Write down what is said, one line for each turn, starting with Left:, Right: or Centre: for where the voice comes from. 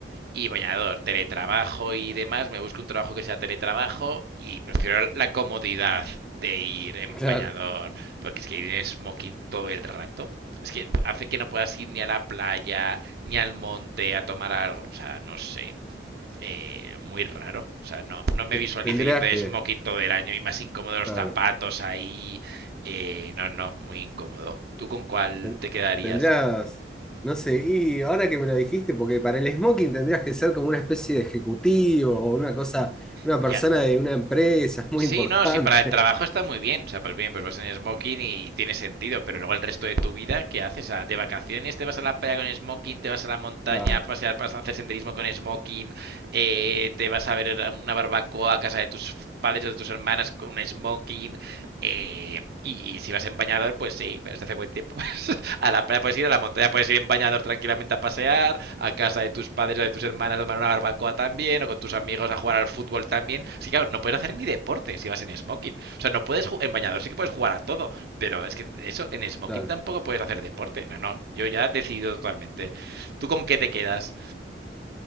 Right: y bañador, teletrabajo y demás, me busco un trabajo que sea teletrabajo y prefiero la comodidad de ir en
Centre: claro.
Right: bañador, porque es que ir en smoking todo el rato, es que hace que no puedas ir ni a la playa, ni al monte a tomar algo, o sea, no sé. eh, muy raro, o sea, no, no me
Centre: Te-
Right: visualizo
Centre: Tendrías
Right: yendo de
Centre: que,
Right: smoking todo el año y más incómodo los
Centre: claro.
Right: zapatos ahí. eh, no, no, muy incómodo. ¿Tú con cuál
Centre: Ten-
Right: te quedarías?
Centre: Tendrías, no sé, y ahora que me lo dijiste, porque para el smoking tendrías que ser como una especie de ejecutivo o una cosa, una
Right: Ya,
Centre: persona de una empresa, es muy
Right: Sí,
Centre: importante.
Right: no, sí, para el trabajo
Centre: <laughs>
Right: está muy bien. O sea, pues bien, pues vas en smoking y, y tiene sentido, pero luego el resto de tu vida, ¿qué haces? O sea, de vacaciones te vas a la playa con smoking, te vas a la montaña
Centre: Claro,
Right: a pasear, vas a hacer senderismo con smoking, eh, te vas a ver una barbacoa a casa de tus padres o de tus hermanas con un smoking, eh, y, y, si vas en bañador, pues sí, pero si hace buen tiempo. <laughs> Pues, a la playa puedes ir, a la montaña puedes ir en bañador tranquilamente a pasear, a casa de tus padres o de tus hermanas a tomar una barbacoa también, o con tus amigos a jugar al fútbol también. Sí, claro, no puedes hacer ni deporte si vas en smoking. O sea, no puedes en bañador, sí que puedes jugar a todo, pero es que eso, en smoking
Centre: claro.
Right: tampoco puedes hacer deporte. No, no, yo ya he decidido totalmente. ¿Tú con qué te quedas?